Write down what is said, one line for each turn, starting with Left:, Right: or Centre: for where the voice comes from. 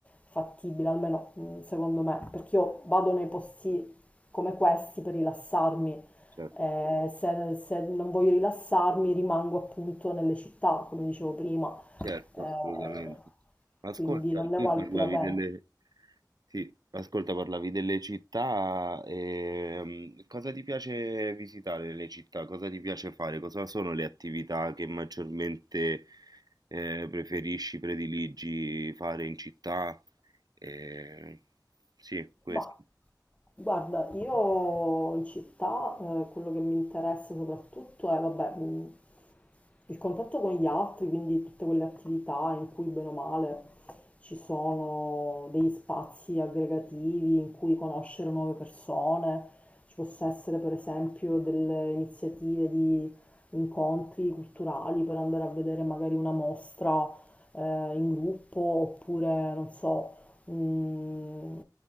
Left: fattibile, almeno mm, secondo me, perché io vado nei posti come questi per rilassarmi.
Right: certo,
Left: Eh, se, se non voglio rilassarmi, rimango appunto nelle città, come dicevo prima,
Right: certo,
Left: Eh,
Right: assolutamente. Ascolta,
Left: quindi non ne
Right: tu
Left: vale
Right: parlavi
Left: più la pena.
Right: delle... Sì, ascolta, parlavi delle città, ehm, cosa ti piace visitare nelle città? Cosa ti piace fare? Cosa sono le attività che maggiormente eh, preferisci, prediligi fare in città? Eh, sì, questo.
Left: Ma guarda, io in città eh, quello che mi interessa soprattutto è, vabbè, mm, il contatto con gli altri, quindi tutte quelle attività in cui bene o male ci sono degli spazi aggregativi in cui conoscere nuove persone, ci possa essere per esempio delle iniziative di incontri culturali per andare a vedere magari una mostra eh, in gruppo oppure non so, un,